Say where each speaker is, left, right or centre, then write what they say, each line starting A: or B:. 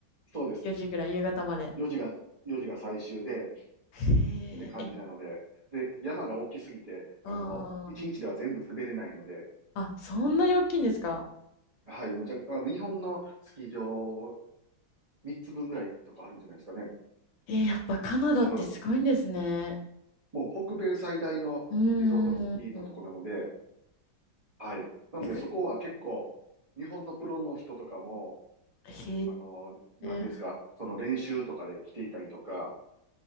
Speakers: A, on the right; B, on the left.
A: そうです。
B: 4時ぐらい、夕方まで。
A: 4時が、4時が最終で、っ
B: へえ、
A: て感じなので。
B: え、
A: で、山が大きすぎて、あの、
B: あ
A: 1日では全部滑れないので、
B: あ。あ、そんなに大きいんですか
A: はい、むちゃく、あの、日本のスキー場3つ分ぐらいとかあるんじゃないですかね。
B: えーやっぱカナダってすごいんですね。
A: 多分。もう北米最大のリゾートスキーのとこなので、
B: うーん。
A: はい。なのでそこは結構、
B: 逆
A: 日本のプロの人とかも、
B: へ
A: あの、何ですか、
B: え。
A: その練習とかで来ていたりとか、